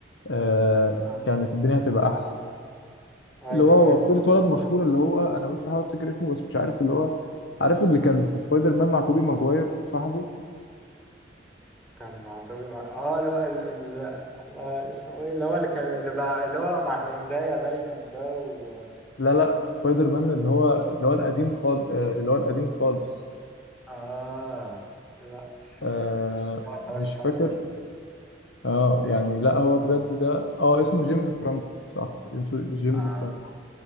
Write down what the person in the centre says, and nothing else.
آه.
ايوه
ايوه
كان مع طبيب اه اللي هو ال- ال- آه، اسمه ايه اللي هو اللي كان اللي بقى اللي هو مع زندايا دايما ده و
اه لا
كنتش اتفرجتش
على سبايدر مان
اه